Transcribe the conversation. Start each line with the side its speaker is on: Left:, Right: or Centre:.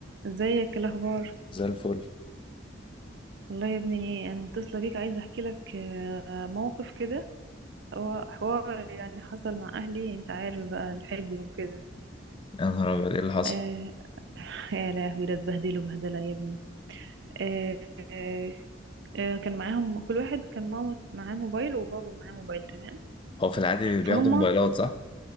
Right: ازيك ايه الاخبار
Left: زي الفل
Right: والله يا ابني انا متصله بيك عايزه احكي لك آه، موقف كده هو حوار يعني حصل مع اهلي انت عارف بقى الحج وكده
Left: يا نهار أبيض إيه اللي حصل؟
Right: آه، يا لهوي ده اتبهدلوا بهدله يا ابني آه، آه، آه، كان معاهم كل واحد كان ماما معاه موبايل وبابا معاه موبايل تمام
Left: هو في العادي بياخدوا
Right: فهم
Left: موبايلات صح؟